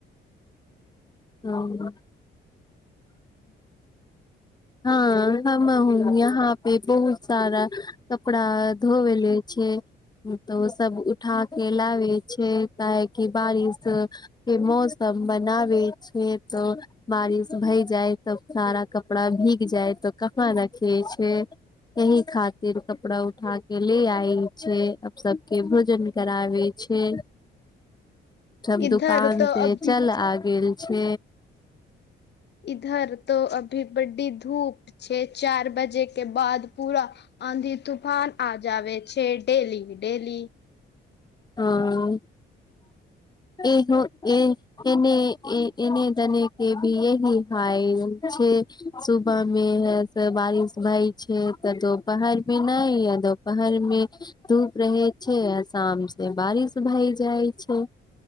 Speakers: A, on the left (about 20°); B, on the left (about 60°).
A: हँ हँ हम हु यहाँ पे बहुत सारा कपड़ा धोवेले छै तो ओ सब उठा के लावि हई छै काहेकी बारिश के मौसम बनावै छै तऽ बारिश भइ जाय तब सारा कपड़ा भीग जाय तऽ वहाँ रखियै छै एहि खातिर कपड़ा उठा के ले आयल छै सबके भोजन कराबे छै सब
B: इधर
A: दुकान
B: तो
A: से
B: अभी
A: चला गेल छै
B: इधर तो अभी बडी धूप छै चार बजेके बाद पूरा आंधी तूफान आ जावे छै डेलीके डेली
A: हँ इहो ए एने इने दने के भी यह हइ छै सुबहमे है से बारिश भई छै तऽ दोपहरमे नहि य दुोपहर मे धूप रहे छै आ सामसे बारिश भई जाइ छै